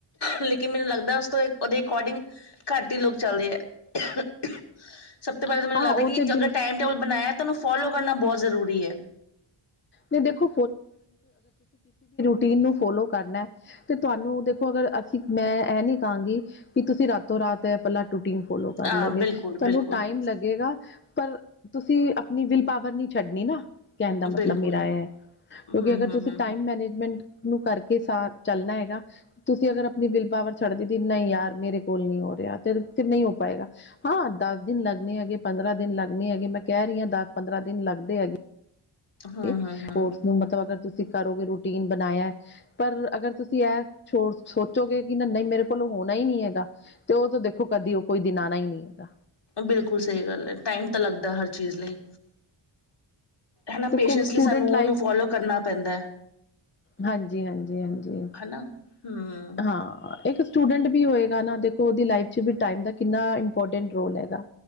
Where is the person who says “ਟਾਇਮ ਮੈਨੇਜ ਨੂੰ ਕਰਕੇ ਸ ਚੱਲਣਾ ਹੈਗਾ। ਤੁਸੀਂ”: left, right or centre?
Left